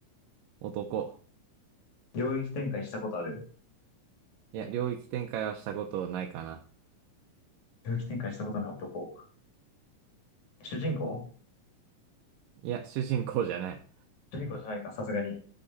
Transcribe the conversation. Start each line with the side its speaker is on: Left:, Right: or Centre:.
Right: 男。
Left: 領域展開したことある
Right: いや、領域展開はしたことないかな。
Left: 領域展開したことない男。主人公
Right: いや、主人公じゃない。
Left: 主人公じゃないか、さすがに。